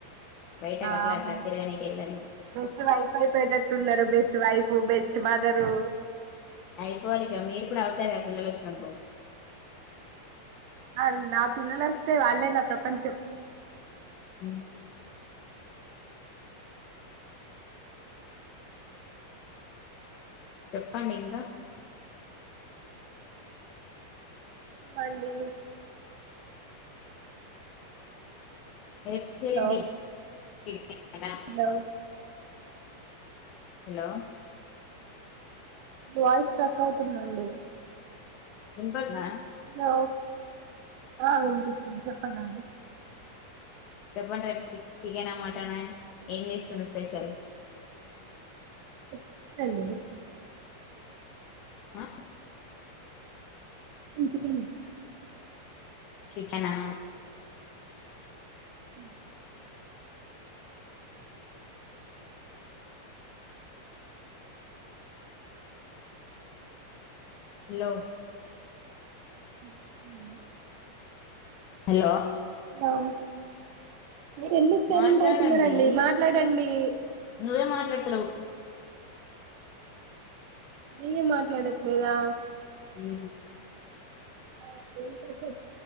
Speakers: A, on the left; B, on the right.
A: బయటకి
B: ఆమ
A: అట్లా అట్లా తిరగనికి వెళ్ళాలి
B: బెస్ట్ వైఫ్ అయిపోయేటట్టున్నారు. బెస్ట్ వైఫ్ బెస్ట్ మదరు
A: అయిపోవాలికి మీర్ ఇప్పుడు అవుతారు ఆ పిల్లలు వచ్చినప్పుడు
B: ఆ, నా పిల్లలు వస్తే వాళ్ళే నా ప్రపంచం.
A: అ చెప్పండి ఇంకా
B: పండి యు
A: ఎడి
B: హలో
A: <unintelligible>
B: హలో
A: హలో
B: వాయిస్ట ఎక్క అవుతుందండి
A: విన్ పడనా
B: నవు ఆ వినిపించంది చెప్పండి అండి.
A: చెప్పండ్రి రేపు సి చికెనా, మటన్ ఏం చేస్తుండ్రు స్పెషల్
B: ఎత్తండి
A: ఆహ్
B: ఇంటికెళ్లి
A: చికెనా
B: హ్మ్
A: హలో
B: ఎట్లున్నవే
A: హలో
B: ఆహ్ మీరు ఎందుకు స్టైలెంట్
A: మాట్లాడండి
B: అవుతునరండి మాట్లాడండి.
A: నువ్వే మాట్లాడతలేవు
B: నేనే మాట్లాడట్లేదా.
A: ఉహ్మ్
B: ఆ ఏంటండీ